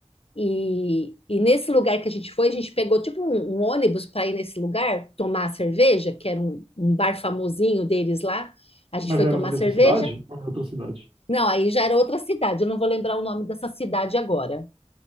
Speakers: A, on the left; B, on the right.
A: E, e nesse lugar que a gente foi, a gente pegou tipo um, um ônibus para ir nesse lugar tomar cerveja, que era um, um bar famosinho deles lá. A gente
B: Mas
A: foi
B: era
A: tomar
B: na mesma
A: cerveja.
B: cidade ou em outra cidade?
A: Não, aí já era outra cidade, eu não vou lembrar o nome dessa cidade agora.